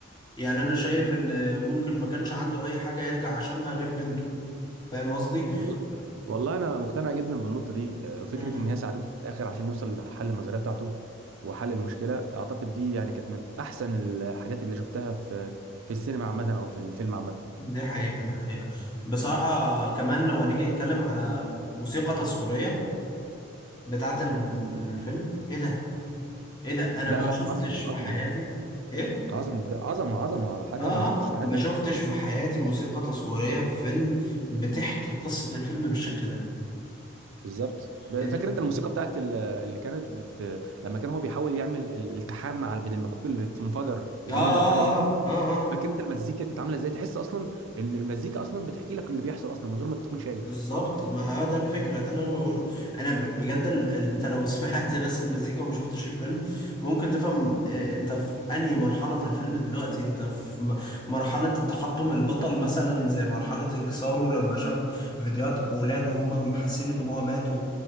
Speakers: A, on the left; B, on the right.
A: يعني انا شايف ان ممكن ما كانش عنده اي حاجة يرجع عشانها غير بنته فاهم قصدي؟
B: والله
A: ف-
B: والله انا مقتنع جدا بالنقطه دي آه، وفكره
A: م- م.
B: ان هي ساعدته في الاخر عشان يوصل لحل النظريه بتاعته وحل المشكله اعتقد دي يعني كانت من احسن الحاجات اللي شفتها في في السينما عامه او في الفيلم عامه
A: دي حقيقة دي حقيقة بصراحة كمان لو هنيجي نتكلم على موسيقى تصويرية بتاعت الم- الفيلم ايه ده؟ ايه ده؟ انا
B: لا
A: ما
B: لا
A: شفتش
B: عظمه
A: في
B: عظمه
A: حياتي ايه؟
B: عظمة بجد- عظمة عظمة حاجة
A: اه
B: ما شفتش
A: اه
B: في حياتي
A: ما شفتش في حياتي موسيقى تصويرية في فيلم بتحكي قصة الفيلم بالشكل ده
B: بالظبط فاكر
A: انت اه
B: انت الموسيقى بتاعت ال- اللي كانت بت... لما كان هو بيحاول يعمل الالتحام مع بين المكوك اللي بتنفجر وبين
A: اه اه
B: المركبة اللي هو
A: اه اه
B: فاكر انت المزيكا كانت عاملة ازاي تحس اصلا ان المزيكا اصلا بتحكي لك اللي بيحصل اصلا من غير ما تكون شايف
A: بالظبط ما هو ده الفكرة ده اللي انا بقوله انا ب- بجد ال... ال... انت لو <laughs> سمعت بس المزيكا وما شفتش الفيلم ممكن تفهم آه، انت في انهي مرحلة في الفيلم دلوقتي انت في م- مرحلة تحطم البطل مثلا زي مرحلة انكساره لما شاف فيديوهات بولاده وهم حاسين ان هو مات و...